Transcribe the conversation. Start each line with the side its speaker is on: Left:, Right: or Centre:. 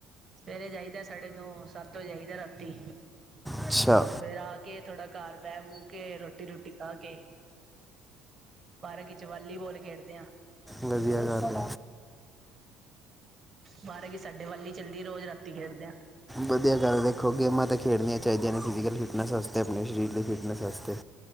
Right: ਸਵੇਰੇ ਜਾਈਦਾ ਸਾਢੇ ਨੌ ਸੱਤ ਵਜੇ ਜਾਈਦਾ ਰਾਤੀ
Centre: ਅੱਛਾ
Right: ਫਿਰ ਆ ਕੇ ਥੋੜਾ ਘਰ ਬਹਿ ਬੂ ਕੇ ਰੋਟੀ ਰੋਟੀ ਖਾ ਕੇ। ਪਾਰਕ ਵਿੱਚ ਵਾਲੀਬਾਲ ਖੇਡਦੇ ਹਾਂ
Centre: ਵਧੀਆ ਗੱਲ
Right: ਬਾਰਾਂ ਕੀ ਸਾਡੇ ਵੱਲੀ ਚੱਲਦੀ ਰੋਜ਼ ਰਾਤੀ ਖੇਡਦੇਆਂ।
Centre: ਵਧੀਆ ਗੱਲ ਦੇਖੋ ਗੇਮਾਂ ਤਾਂ ਖੇਡਣੀਆਂ ਚਾਹੀਦੀਆਂ ਨੇ ਫਿਜੀਕਲ ਫਿਟਨਸ ਵਾਸਤੇ ਆਪਣੇ ਸਰੀਰ ਦੀ ਫਿਟਨਸ ਵਾਸਤੇ।